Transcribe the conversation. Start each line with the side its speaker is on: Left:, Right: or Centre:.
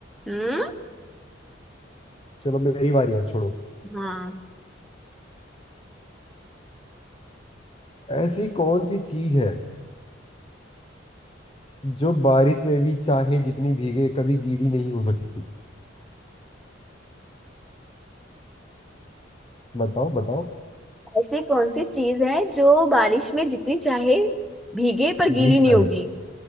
Centre: हो। हम्म
Left: चलो मेरी बारी यार छोड़ो
Centre: हाँ
Left: ऐसी कौन सी चीज है जो बारिश में भी चाहे जितनी भीगे कभी गीली नहीं हो सकती बताओ बताओ
Centre: ऐसी कौन सी चीज है जो बारिश में जितनी चाहे भीगे पर गीली
Left: भीग
Centre: नहीं
Left: जाए
Centre: होगी